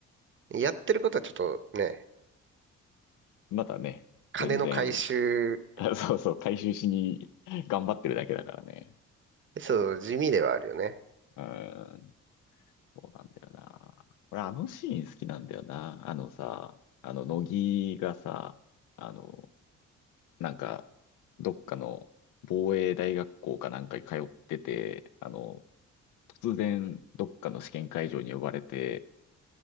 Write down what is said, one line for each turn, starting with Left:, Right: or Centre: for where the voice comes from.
Right: やってることはちょっとね、
Left: まだね、
Right: 金の回収、
Left: 全然、<laughs> そうそう、回収しに頑張ってるだけだからね。
Right: そう、地味ではあるよね。
Left: うん。そうなんだよな。俺、あのシーン好きなんだよな。あのさ、あの、乃木がさ、あの、なんか、どっかの防衛大学校かなんかに通ってて、あの、突然、どっかの試験会場に呼ばれて、